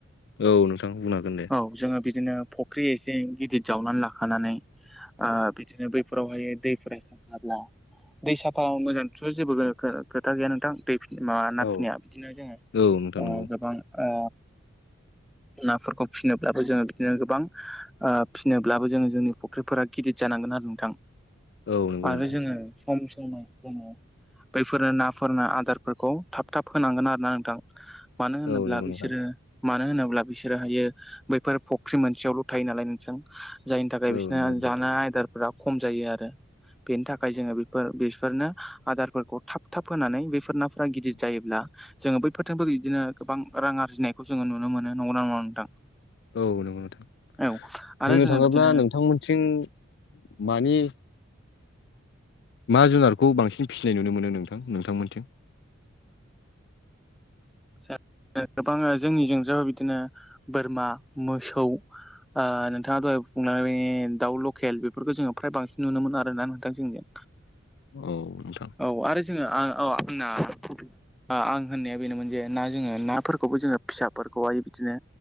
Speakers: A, on the left; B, in the centre.
A: औ नोंथां बुंनो हागोन दे
B: औ जोङो बिदिनो फुख्रि एसे गिदिर जावनानै लाखानानै बिदिनो बैफोराव ओमायो दैफोरा साफाब्ला दै साफा मोजांथ' जेबो खोथा गैया नोंथां दै माबा ना
A: औ
B: फिनाया बिदिनो जोङो
A: औ नोंथां नंगौ
B: गोबां ओ नाफोरखौ फिसिनो बो जोङो बिदिनो गोबां फिसिनोब्लाबो जोङो जोंनि फुख्रिफोरा गिदिर जानांगोन आरो नोंथां
A: औ नंगौ
B: आरो
A: नोंथां
B: जोङो सम समै जोङो बैफोरनो नाफोरनो आदारफोरखौ थाब थाब होनांगोन आरो ना नोंथां मानो होनोब्ला
A: औ नंगौ
B: बिसोरो
A: नोंथां
B: मानो होनोब्ला बिसोरोहायो बैफोर फख्रि मोनसेयावल' थायो नालाय नोंसो जायनि थाखाय
A: औ
B: बिसोरना
A: नंगौ नोंथां
B: जानाय आयदारफोराव खम जायो आरो बेनि थाखाय जोङो बेफोर बेफोरनो आदारफोरखौ थाब थाब होनानै बेफोर नाफोरा गिदिर जायोब्ला जोङो बैफोरजोंबो बिदिनो गोबां रां आरजिनायखौ जोङो नुनो मोनो नंगौना नङा नोंथां
A: औ नंगौ नथां
B: औ आरो
A: बुंनो
B: जोङो
A: थाङोब्ला
B: बिदिनो
A: नोंथांमोनथिं मानि मा जुनारखौ बांसिन फिसिनाय नुनो मोनो नोंथां नोंथांमोनथिं
B: जों गोबां जोंनिजों जाय बिदिनो बोरमा मोसौ ओ नोंथाङा दहाय बुंनानै दाउ लकेल बेफोरखौ जोङो फ्राय बांसिन नुनो मोन आरोना नोंथां जोंनि आ
A: औ नोंथां
B: औ आरो जोङो आ औ आंना आं होननाया बेनोमोन जे ना जोङो नाफोरखौबो जोङो फिसाफोरखौहाय बिदिनो